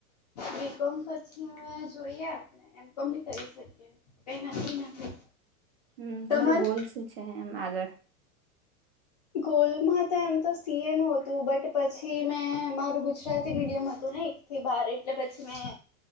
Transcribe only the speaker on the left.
બિકોમ્ પછી મેજ જોઈએ આપણે એમ કોી કરી શકીએ કઈ નકી નથી.
તમારું
ગોલમાં તો એમ તો સીએ નું હતું બટ પછી મેં મારું ગુજરાતી મીડિયમ હતું ને એક થી બાર એટલે પછી મેં